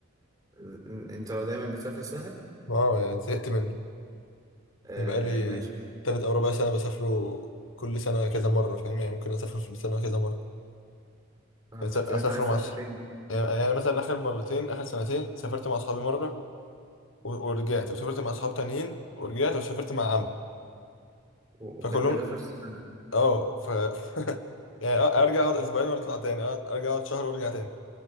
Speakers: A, on the right; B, on the left.
A: ال- انت دايما بتسافر الساحل
B: اه يعني زهقت منه
A: آه
B: يبقى لي
A: ماشي
B: تلات او ربع سنة بسافره كل سنة كذا مرة فاهم يعني ممكن اسافر في السنة كذا مرة
A: فهمتك
B: أس- اسافر
A: طب انت عايز
B: مع
A: تسافر
B: اصحابي
A: فين
B: يعني يعني مثلا اخر مرتين اخر سنتين سافرت مع اصحابي مره و- ورجعت وسافرت مع اصحاب تانيين ورجعت وسافرت مع عم
A: و-
B: فكلهم
A: وده كل ده في نفس السنة
B: اه ف <laughs> يعني أ- ارجع اقعد اسبوعين واطلع تاني أقعد- ارجع اقعد شهر وارجع تاني